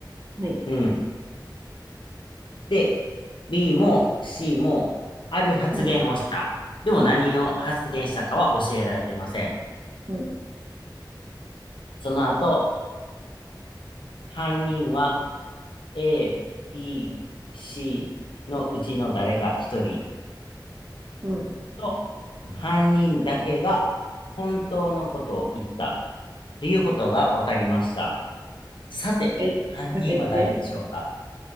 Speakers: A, on the right; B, on the left.
A: はい。
B: うんで、B も C もある発言をした。
A: うん。
B: でも何を発言したかは教えられてません。
A: うん。
B: その後、犯人は A、B、C のうちの誰か一人
A: うん。もう
B: と犯人だけが本当のことを言ったということが分かりました。さて、
A: 一回、
B: 犯人は誰でしょうか
A: もう一回言って。